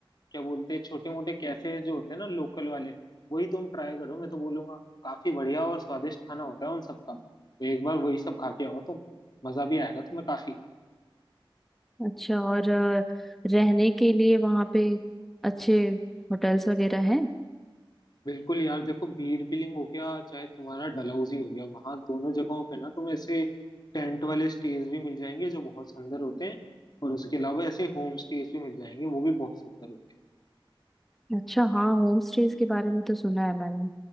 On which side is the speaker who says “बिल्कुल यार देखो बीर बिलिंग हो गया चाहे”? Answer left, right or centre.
Left